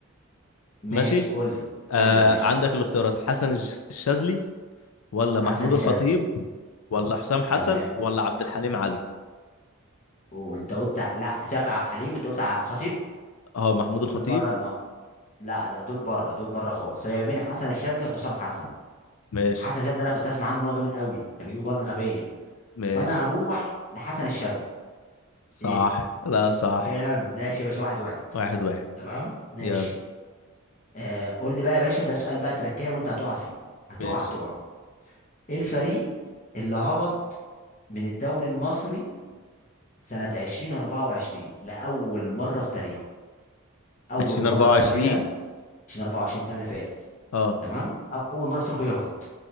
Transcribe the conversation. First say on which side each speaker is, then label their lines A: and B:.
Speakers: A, on the left; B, on the left.
A: ماشي
B: ماشي
A: قول لي
B: آه
A: قول لي يا باشا
B: عندك الاختيارات حسن الش- الشاذلي ولا محمود
A: حسن الشاذلي
B: الخطيب ولا حسام حسن
A: تمام
B: ولا عبد الحليم علي
A: وانت قلت ع- لا ساكر عبد الحليم انت قلت على خطيب
B: اه محمود الخطيب
A: دول بره الم... لا ده دول بره دول بره خالص هي بين حسن الشاذلي وحسام حسن
B: ماشي
A: حسن الشاذلي ده انا كنت اسمع عنه ان هو جامد قوي كان بيجيب جوان غبيه
B: ماشي
A: فانا هروح لحسن الشاذلي
B: صح
A: ايه
B: لا صح
A: جامد ماشي يا باشا واحد واحد
B: واحد واحد
A: تمام ماشي
B: يلا
A: آه قول لي بقى يا باشا ده سؤال بقى تركايه وانت هتقع فيه هتقع
B: ماشي
A: هتقع ايه الفريق اللي هبط من الدوري المصري سنة 2024 لأول مرة في تاريخه أول
B: عشرين
A: مرة
B: أربعة
A: في
B: وعشرين
A: الفريق ده عشان 24 سنة اللي فاتت
B: اه
A: تمام أول مرة في تاريخه يهبط